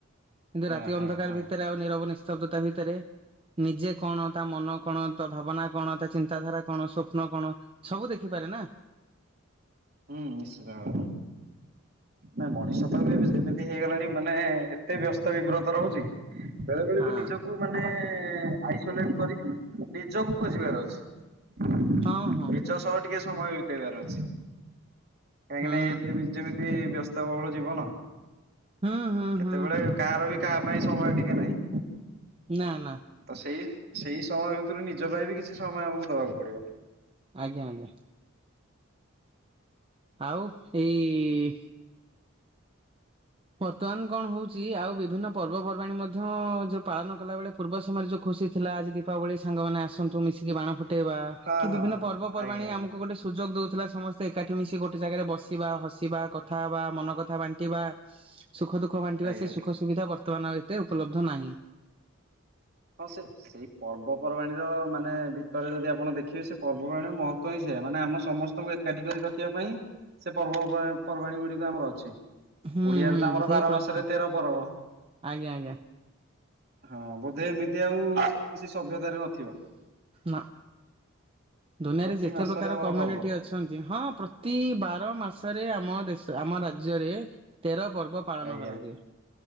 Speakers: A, on the right; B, on the right.
A: କିନ୍ତୁ
B: ହଁ
A: ରାତି ଅନ୍ଧକାର
B: ହଁ ହଁ
A: ଭିତରେ ଆଉ ନିରବ ନିସ୍ତବ୍ଧ ତା ଭିତରେ। ନିଜେ କଣ ତା ମନ କଣ ତା ଭାବନା କଣ ତା ଚିନ୍ତାଧାରା କଣ ସଵପ୍ନ କଣ? ସବୁ ଦେଖିପାରେ ନା।
B: ହୁଁ ନିଶ୍ଚିତ ଭାବେ? ନା ମଣିଷ ତ ବି ଏମିତି ହେଇଗଲାଣି ମାନେ ଏତେ ବ୍ୟସ୍ତ ବିବ୍ରତ ରହୁଚି। ବେଳେ ବେଳେ
A: ହଁ
B: ବି ନିଜକୁ ମାନେ ଆଇସୋଲେଟ୍ କରିକି ନିଜକୁ ଖୋଜିବାର ଅଛି।
A: ହଁ ହଁ।
B: ନିଜ ସହ ଟିକେ ସମୟ ବିତେଇବାର ଅଛି କାହିଁକି
A: ହୁଁ
B: ନା ଏ ଯେମିତି ବ୍ୟସ୍ତ ଏତେ ବହୁଳ ଯିବନ।
A: ହୁଁ ହଁ
B: ସେତେବେଳେ
A: ହଁ।
B: କାହାର ବି କାହା ପାଇଁ ସମୟ ଟିକେ ନାହିଁ।
A: ନା ନା।
B: ତ ସେଇ ସେଇ ସମୟ ଭିତରୁ ନିଜ ପାଇଁ ବି କିଛି ସମୟ ଆମକୁ ଦବାକୁ ପଡିବ।
A: ଆଜ୍ଞା ଆଜ୍ଞା। ଆଉ ଏଇ ବର୍ତ୍ତମାନ କଣ ହୋଉଚି ଆଉ ବିଭିନ୍ନ ପର୍ବପର୍ବାଣିୀ ମଧ୍ୟ ଯୋଉ ପାଳନ କଲାବେେଳେ ପୂର୍ବ ସମୟରେ ଯୋଉ ଖୁସି ଥିଲା ଆଜି ଦୀପାବଳି ସାଙ୍ଗମାନେ ଆସନ୍ତୁ ମିଶିକି ବାଣ ଫୁଟ୍ ଟେଇବା
B: ହଁ
A: କି
B: ହଁ
A: ବିଭିନ୍ନ
B: ହଁ
A: ପର୍ବ ପର୍ବାଣି
B: ଆଜ୍ଞା ଆଜ୍ଞା।
A: ଆମକୁ ଗୋଟେ ସୁଯୋଗ ଦେଦଉଥିଲା ସମସ୍ତେ ଏକାଠି ମିଶି ଗୋଟେ ଜାଗାରେ ବସିବା ହସିବା କଥା ହେବା ମନକଥା ବାଣ୍ଟିବା। ସୁଖ ଦୁଃଖ ବାଣ୍ଟିବା
B: ଆଜ୍ଞା
A: ସେ ସୁଖ ସୁବିଧା ବର୍ତ୍ତମାନ ଆଉ ଏତେ ଉପଲବ୍ଧ ନାହିଁ।
B: ହଁ ସେ ସେଇ ପର୍ବପର୍ବାଣିର ମାନେ ଭିତରେ ଯଦି ଆପଣ ଦେଖିବେ ସେ ପର୍ବପର୍ବାଣିୀର ମହତ୍ତ୍ବ ହିଁ ସେଇୟା ମାନେ ଆମ ସମସ୍ତେ ତାଙ୍କୁ ଏକାଠି କରି ରଖିବା ପାଇଁ ସେ ପର୍ବ ପର୍ବାଣୀ ଗୁଡିକ ଆମର ଅଛି।
A: ହୁଁ
B: ଓଡିଆରେ
A: ହୁଁ
B: ତ ଆମର
A: ସେଇ
B: ବାର
A: ପ୍ରଥା
B: ମାସରେ ତେର ପରବ।
A: ଆଜ୍ଞା ଆଜ୍ଞା
B: ହଁ ବୋଧେ ଏମିତି ଆଉ କୌଣସି ସଭ୍ୟତାରେ ନଥିବ।
A: ନା ଦୁନିଆରେ
B: ପ୍ରତି
A: ଯେତେ
B: ମାସରେ
A: ପ୍ରକାର
B: ଆମର
A: କମ୍ୟୁନିଟି
B: ପର୍ବ
A: ଅ ଛନ୍ତି ହଁ ପ୍ରତି ବାର ମାସରେ ଆମ ଦେଶ ଆମ ରାଜ୍ୟରେ ତେର ପର୍ବ। ପାଳନ
B: ଆଜ୍ଞା
A: କରା ହୁଏ